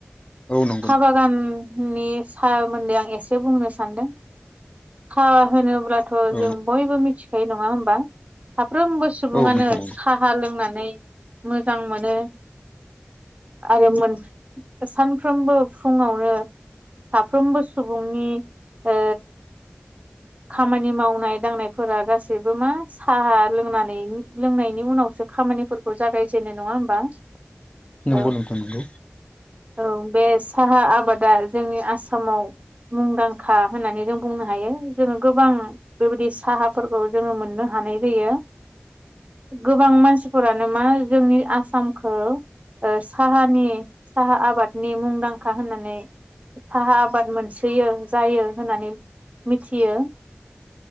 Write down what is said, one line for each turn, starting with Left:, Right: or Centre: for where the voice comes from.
Left: औ नंगौ
Right: सा बागाननि सोमोन्दै आं एसे बुंनो सानदों सा होनो ब्लाथ
Left: औ
Right: जों बयबो मिथिखायो नङा होमबा साफ्रोमबो सुबुङानो
Left: औ नोंथां
Right: सा सा लोंनानै मोजां मोनो आरो मोन सानफ्रोमबो फुङावनो साफ्रोमबो सुबुंनि ओ खामानि मावनाय दांनायफोरा गासै सैबो मा साहा लोंनानै लोंनायनि उनावसो खामानिफोरखौ जागायजेनो नङा होमबा
Left: नंगौ
Right: औ
Left: नोंथां नंगौ
Right: औ बे साहा आबादा जोंनि आसामाव मुंदांखा होननानै जों बुंनो हायो जोङो गोबां बेबायदि साहाफोर खौ जोङो मोननो हानाय जायो गोबां मानसिफोरानो मा जोंनि आसामखौ ओ साहानि साहा आबादनि मुंदांखा होननानै साहा आबाद मोनसोयो जायो होननानै मिथियो